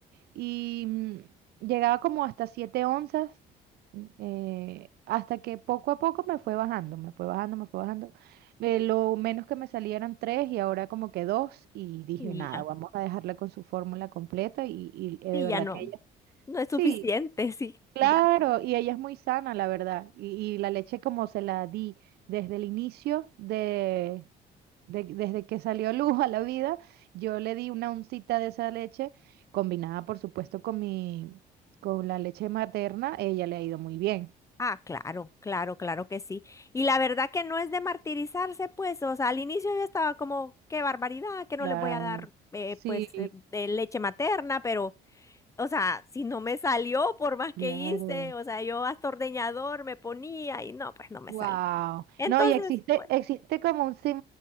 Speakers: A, on the right; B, on the left.
A: Y mm, llegaba como hasta 7 onzas, eh, hasta que poco a poco me fue bajando, me fue bajando, me fue bajando. Eh, lo menos que me salía eran 3 y ahora como que dos Y dije,
B: sí,
A: nada,
B: ya,
A: vamos a dejarla con su fórmula completa y, y eh,
B: sí,
A: de verdad
B: ya no,
A: que ella...
B: no es
A: Sí,
B: suficiente, <laughs> sí,
A: Claro,
B: ya.
A: y ella es muy sana, la verdad. Y, y la leche como se la di desde el inicio de, de- desde que salió luz a la vida, yo le di una uncita de esa leche, combinada por supuesto con mi, con la leche materna, ella le ha ido muy bien.
B: Ah, claro, claro, claro que sí. Y la verdad que no es de martirizarse, pues, o sea, al inicio yo estaba como, qué barbaridad, que no
A: Claro.
B: les voy a dar, eh,
A: Sí,
B: pues, eh, de leche materna, pero, o sea, si no me salió, por más que
A: claro.
B: hice, o sea, yo hasta ordeñador me ponía y no, pues no me
A: Wow.
B: salió. Entonces,
A: No, y existe,
B: pues,
A: existe como un, sim-